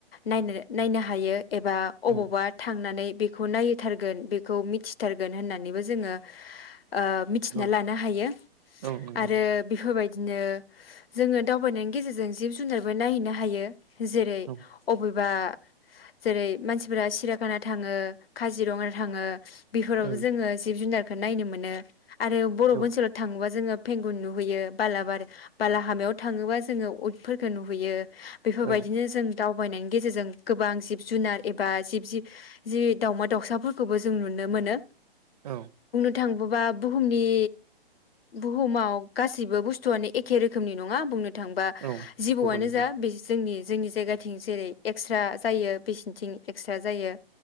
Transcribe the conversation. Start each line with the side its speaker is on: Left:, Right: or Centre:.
Left: नायनो नायनो हायो एबा अबावबा
Right: औ
Left: थांनानै बेखौ नायथारगोन बेखौ मिथिथारगोन होननानैबो जोङो ओ मिथिना
Right: औ
Left: लानो हायो
Right: औ नंगौ
Left: आरो
Right: नोंथां
Left: बेफोरबायदि बिदिनो जोङो दावबायनायनि गेजेरजों जिब जुनारबो नायहैनो हायो जेरै
Right: औ
Left: अब बा जेरै मानसिफोरा सिराखाना थाङो काजिरङा थाङो बेफोरावबो
Right: उम
Left: जो जिब जुनार नायनो मोनो आरो बर'ब
Right: औ
Left: ओनसोलाव थाङोबा जोङो फेंगुन नुहैयो बालाबारि बाला हामायाव थाङोबा जों जोङो उदफोरखौ नुहैयो बेफोरबायदिनो
Right: औ
Left: जों दावबायनायनि गेजेरजों गोबां जिब जुनार एबा जिब जि जि दावमा दावसाफोरखौबो जों नुनो मोनो
Right: औ।
Left: थांबोबा बुहुमनि बुुमाव गासिबो बुस्थुआनो एखे रोखोमनि नङा बुंनो थांबा
Right: औ
Left: जिबौआनो
Right: गुबुन
Left: जा
Right: गुबुन
Left: बे जोंनि जोंनि जायगाथिं जेरै एक्स्रा जायो बेसिनथिं एकस्रा जायो।